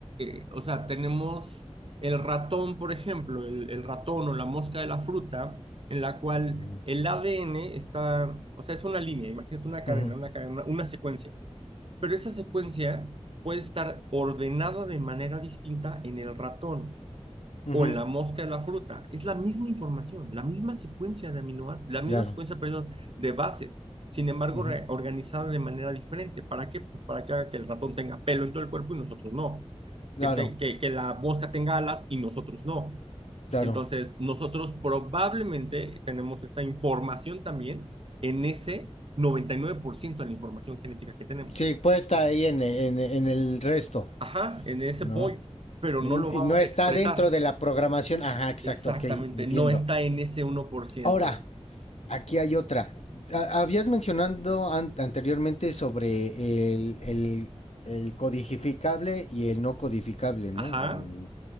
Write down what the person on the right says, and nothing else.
eh, o sea, tenemos el ratón, por ejemplo, el, el ratón o la mosca de la fruta, en la cual
el ADN está, o sea, es una línea, imagínate una cadena,
una cadena, una secuencia. Pero esa secuencia puede estar ordenada de manera distinta en el ratón
o en la mosca de la fruta. Es la misma información, la misma secuencia de aminoácidos, la misma
secuencia, perdón, de bases. Sin embargo,
organizada de manera diferente. ¿Para qué? Pues para que haga que el ratón tenga pelo en todo el cuerpo y nosotros no.
Que, te- que, que la mosca tenga alas y nosotros no.
Entonces, nosotros probablemente tenemos esa información también en ese 99% de la información genética que tenemos.
Ajá, en ese
void, pero
no lo vamos
a expresar.
Exactamente,
no está en ese uno por ciento.
Ajá.